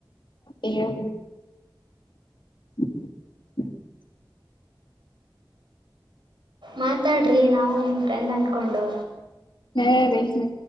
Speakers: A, on the left; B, on the right.
A: ಹೇಳಬೇಕು <unintelligible>
B: ಮಾತಾಡ್ರಿ ನಾವು ನಿಮ್ಮ ಫ್ರೆಂಡ್ ಅಂದ್ಕೊಂಡು
A: ಹ್ಮ